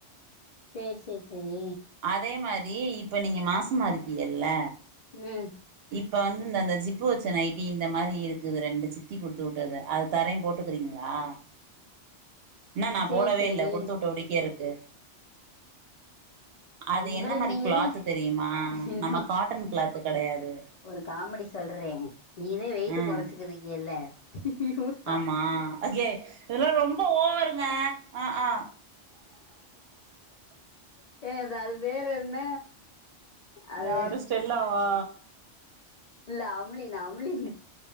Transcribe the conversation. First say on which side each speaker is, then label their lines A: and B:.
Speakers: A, on the left (about 65°); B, on the right (about 65°).
A: செர் செர் செரி
B: அதே மாரி இப்ப நீங்க மாசமா இருக்கீயல
A: ம்
B: இப்ப வந்து இந்தந்த தந்த ஜிப்பு வச்ச நைட்டி இந்த மாதிரி இருக்குது ரெண்டு சித்தி குடுத்து வுட்டது அது தரே போட்டுக்குறீங்களா என்ன நா
A: சேர்
B: போடவே
A: சேரி
B: இல்லை கொடுத்து உட்ட படிக்கே இருக்கு அது
A: உங்களுக்கு
B: என்ன மாதிரி
A: நீங்கதா
B: கிளாத் தெரியுமா
A: இன்னு
B: நம்ம காட்டன் கிளாத் கெடையாது
A: ஒரு காமெடி சொல்றே நீதே வெயிட்டு்
B: ம்
A: குறைச்சுக்குறீங்கல்ல <unintelligible>
B: ஆமா அகே இதெல்லா ரொம்ப ஓவரு அ ஆ ஆ
A: ஏ அது அது பேரு என்ன அது
B: யாரு ஸ்டெல்லாவா
A: இல்ல அம்ளின் அம்ளின்